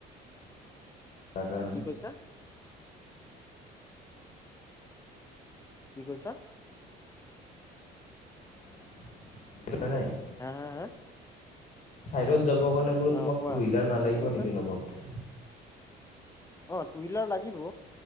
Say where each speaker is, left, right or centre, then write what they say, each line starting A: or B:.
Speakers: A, on the left; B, on the left.
A: তাৰ কাৰণে।
B: কি কৈছা কি কৈছা?
A: <unintelligible>
B: হা হা হা।
A: ছাইডত যাব কাৰণে বোলো
B: অ
A: তোমাক
B: কোৱা
A: টু হুইলাৰ
B: এতিয়া
A: নালাগিব
B: কি কৈছা
A: নেকি লগত?
B: অ' টু হুইলাৰ লাগিব।